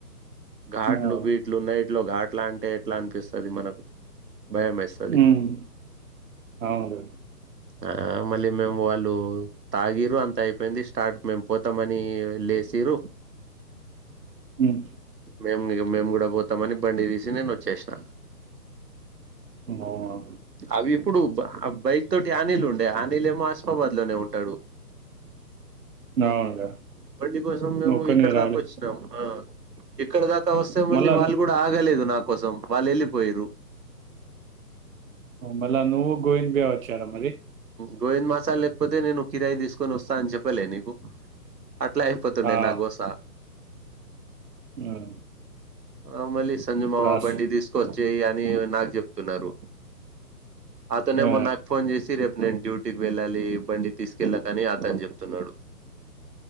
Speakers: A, on the right; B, on the right.
A: ఘాట్లు
B: అవును.
A: బీట్లు ఉన్నాయి నైట్ లో ఘాట్లా అంటే ఎట్లో అనిపిస్తది మనకు భయం వేస్తది
B: మ్ అవును
A: ఆ మళ్ళీ మేము వాళ్ళు తాగిర్రు అంత అయిపోయింది స్టార్ట్ కు మేము పోతామని లె పేసిర్రు
B: మ్
A: మేము మేము కూడా పోతామని బండి తీసి నేను వచ్చేసినా
B: అవునవును.
A: అవి ఇప్పుడు బ ఆ బైక్ తోటి అనిల్ ఉండే అనిల్ ఏమో హస్మాబాద్ లోనే ఉంటడు
B: అవునుగా.
A: బండి కోసం మేము
B: ఒక్కనివే
A: ఇక్కడ
B: రాలే.
A: దాకా వచ్చినాం ఆ ఇక్కడ దాకా వస్తే మల్లి
B: మళ్ళా
A: వాళ్ళు గూడా ఆగలేదు నాకు కోసం వాళ్ళు వెళ్ళిపోయిర్రు
B: మళ్ళా నువ్వు గోవింద్బాయా వచ్చారా మరి
A: గోవింద్ మసాల లేకపోతే నేను కిరాయి తీసుకొని వస్తా అని చెప్పలే నీకు అట్లా అయిపోతుండే
B: ఆ!
A: నా గోసా
B: హ్మ్.
A: ఆ మళ్ళీ సంజుమామ
B: ఇప్పుడు అస్
A: బండి తీసుకొచ్చేయి అని నాకు చెప్తున్నారు అతనే
B: ఆ!
A: మొ నాకు ఫోన్ జేసి రేపు నేను డ్యూటీకి వెళ్ళాలి బండి తీసుకెళ్ళకని అతని చెప్తున్నాడు